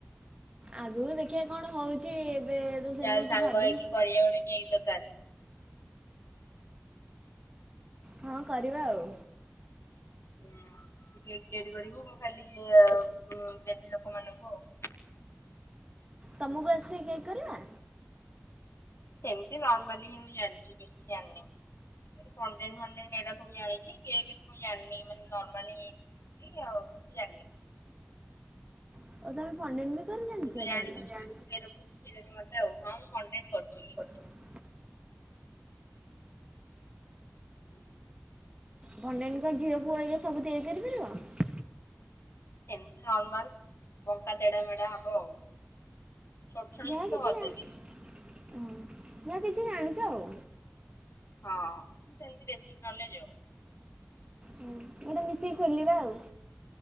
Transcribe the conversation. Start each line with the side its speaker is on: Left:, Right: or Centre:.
Right: ଆଗରୁ ଦେଖିବା କଣ ହଉଛି ଏବେ ତ ସେମିତି
Left: ଚାଲେ
Right: କିଛି
Left: ସାଙ୍ଗ
Right: ଭାବିନି
Left: ହେଇକି କରିବା ଗୋଟେ କେକ୍ ଦୋକାନ।
Right: ହଁ କରିବା ଆଉ।
Left: ହୁଁ ତୁ କେକ୍ ତିଆରି କରିବୁ ମୁଁ ଖାଲି <unintelligible> ଦେବି ଲୋକମାନଙ୍କୁ ଆଉ।
Right: ତମକୁ ଆସେ କେକ୍ କରିବା।
Left: ସେମିତି ନର୍ମାଲି ହିଁ ମୁଁ ଜାଣିଛି ବେଶୀ ଜାଣିନି। କନ୍ ଡେନ୍ ଫନ୍ ଡେନ୍ ଏଗୁଡ଼ା ସବୁ ଜାଣିଛି କେକ୍ କଣ ଜାଣିନି ମାନେ ନର୍ମାଲି ଏଇ ଆଉ ବେଶି ଜାଣିନି।
Right: <unintelligible> ସତରେ ଜାଣିଛ
Left: ତୁ ତ ଜାଣିଛୁ
Right: ତା ହେଲେ
Left: ତୁ ଟିକେ ଶିଖେଇଦବୁ ଶିଖେଇଦେବୁ ମତେ ଆଉ ହଁ ମୁଁ କଣ୍ଟେଣ୍ଟ କରୁଥିଲି।
Right: <unintelligible>
Left: <inaudible>
Right: ଭଣ୍ଡେଣ୍ଡ ଙ୍କ ଝିଅ ପୁଅ ହରିଆ ସବୁ ତିଆରି କରିପାରିବ।
Left: ଏମତି ନର୍ମାଲ ବଙ୍କା ତେଢ଼ା ମେଢା଼ ହବ ଆଉ। ଛୋଟ ଛୋଟ
Right: ଯାହା
Left: ଜିନିଷ
Right: କିଛି
Left: କରିଦେବି
Right: ଜାଣି ହ ଯାହା କିଛି ଜାଣିଛ ଆଉ।
Left: ହଁ ସେମତି ବେଶିକ୍ ନଲେଜ୍ ଆଉ।
Right: ହୁଁ ଗୋଟେ ମିଶିକି ଖୋଲିବା ଆଉ।